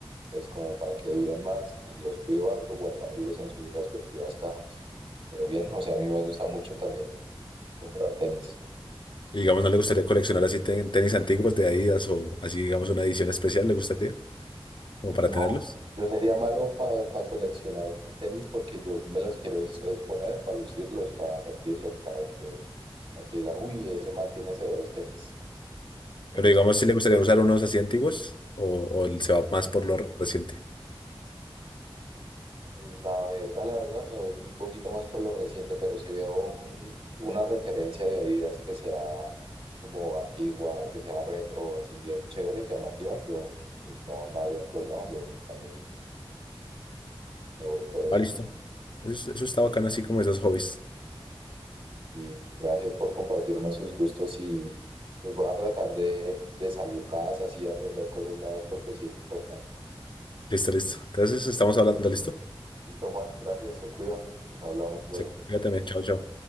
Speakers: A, on the right (about 70°); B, on the left (about 55°).
A: pues como para que duren más y los cuido harto guardándolos en sus respectivas cajas. Pero bien, o sea, a mí me gusta mucho también comprar tenis.
B: Y digamos, ¿no le gustaría coleccionar así ten- tenis antiguos de Adidas o así, digamos, una edición especial le gustaría, como
A: Uy,
B: para
A: no,
B: tenerlos?
A: yo sería malo para coleccionar tenis porque yo me los quiero es- es poner para lucirlos, para sentirlos, para que, para que digan, uy, ese man tiene severos tenis. Me
B: Pero
A: gusta.
B: digamos, si le gustaría usar unos así antiguos o, o él se va más por lo reciente.
A: Pues, La verdad, la verdad, me voy un poquito más por lo reciente, pero si veo un, una referencia de Adidas que sea como antigua, que sea retro, así bien chévere, llamativa, yo pues no, no habría problema, yo también me voy por esa.
B: Ah, listo. Eso, es- eso está bacano, así como esos hobbies.
A: Y gracias por compartirme sus gustos y pues voy a tratar de, de salir más, así aprender cosas nuevas porque sí es importante.
B: Listo, listo. Entonces, estamos hablando, ¿listo?
A: Listo, Juan, gracias, se cuida, nos hablamos luego.
B: Se cuida también. Chao, chao.